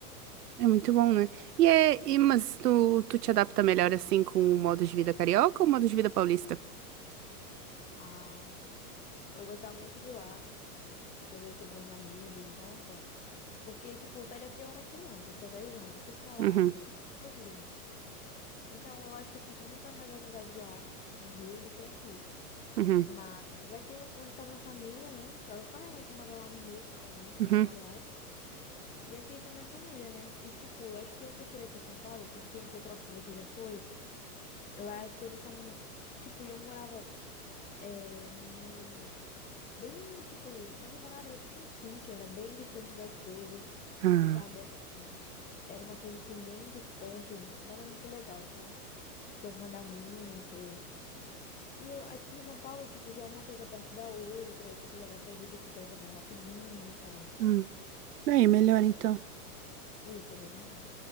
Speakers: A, on the right (about 80°); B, on the left (about 15°).
A: É muito bom, né? E é... e- mas tu, tu te adapta melhor assim com o modo de vida carioca ou o modo de vida paulista?
B: Ai, eu gostava muito de lá, que eu já tive meus amigos, nossa. Porque, tipo, saí daqui eu era criança, eu tinha 10 anos. Eu fui pra lá
A: Uhum.
B: aos vinte Então, eu acho que eu fiz muita mais amizade lá, no Rio, do que aqui.
A: Uhum.
B: Mas aqui é onde tá minha família, né? Só, só minha mãe que mora lá no Rio, atualmente,
A: Uhum.
B: com meu padrasto. E aqui tá minha família, né? E, tipo, eu acho que eu prefiro aqui em São Paulo, porque em Petrópolis você já foi. Lá as coisas são. Tipo, e eu morava é, no. Bem, tipo, onde eu morava era tipo um sítio, era bem distante das coisas.
A: Ah.
B: sabe? Era uma coisa assim bem distante, não era muito legal, sabe? Tinha que andar muito. E eu aqui em São Paulo, tipo, já é uma coisa perto da outra, tipo, já dá pra ir de bicicleta mais rapidinho e tal.
A: Hum. É, melhor então.
B: E isso é bem melhor.